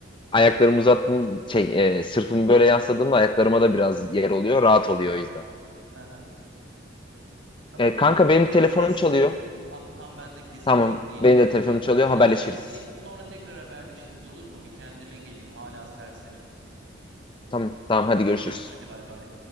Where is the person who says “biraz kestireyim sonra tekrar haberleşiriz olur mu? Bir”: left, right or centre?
Right